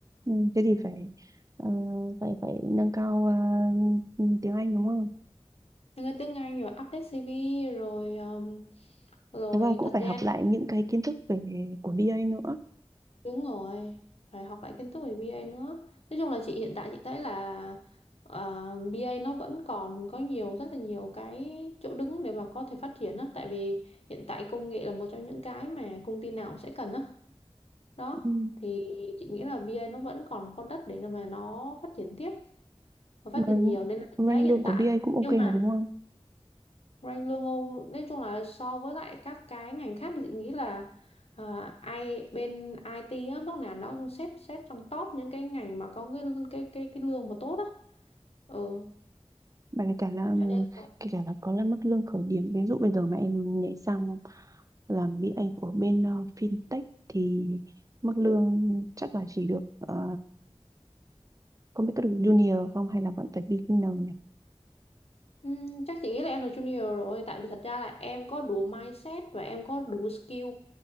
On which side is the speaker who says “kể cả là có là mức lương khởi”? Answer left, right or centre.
Right